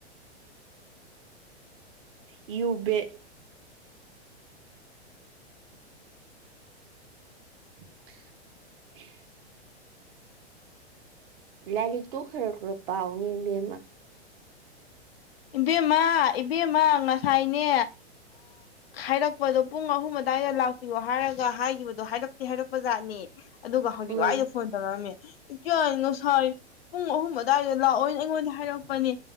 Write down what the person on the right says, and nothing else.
ꯎ ꯌꯨꯕꯦ <inaudible> ꯂꯥꯏꯔꯤꯛꯇꯨ ꯈꯔ ꯈꯔ ꯄꯥꯎꯉꯦ ꯃꯦꯝꯃ
ꯎꯝ